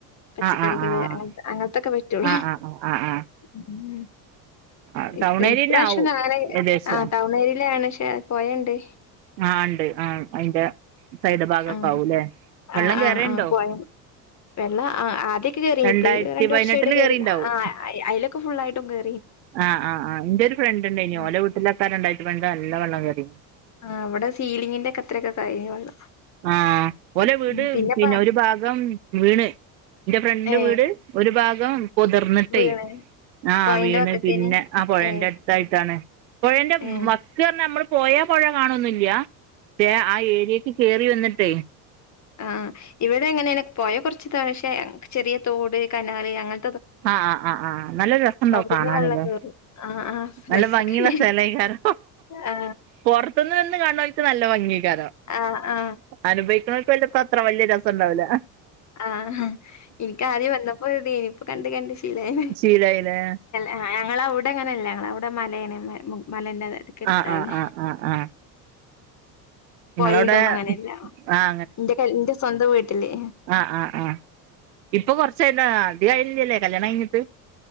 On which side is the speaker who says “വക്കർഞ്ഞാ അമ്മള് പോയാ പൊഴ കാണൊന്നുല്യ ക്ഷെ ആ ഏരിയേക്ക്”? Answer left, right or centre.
Right